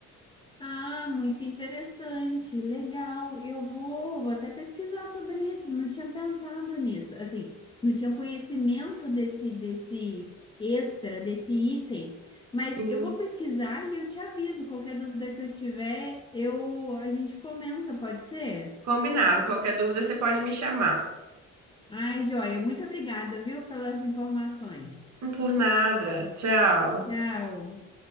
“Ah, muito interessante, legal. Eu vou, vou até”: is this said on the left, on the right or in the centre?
Left